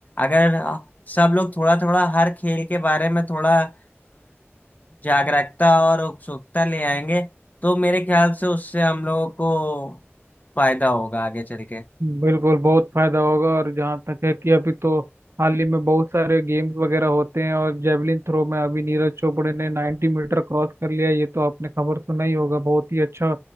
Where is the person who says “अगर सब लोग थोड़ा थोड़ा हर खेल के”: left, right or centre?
Left